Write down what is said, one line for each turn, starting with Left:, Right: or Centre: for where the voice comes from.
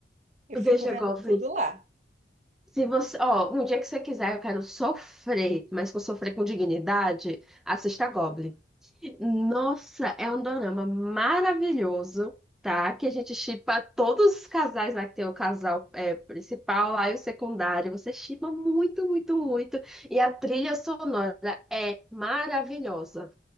Right: Eu
Centre: veja
Right: fico vendo
Centre: Goblin.
Right: tudo lá.
Centre: Se você, ó, um dia que você quiser, eu quero sofrer, mas que eu sofrer com dignidade, assista Goblin. Nossa, é um dorama maravilhoso, tá? Que a gente shippa todos os casais lá, que tem o casal é, principal lá e o secundário. Você shippa muito, muito, muito. E a trilha sonora é maravilhosa.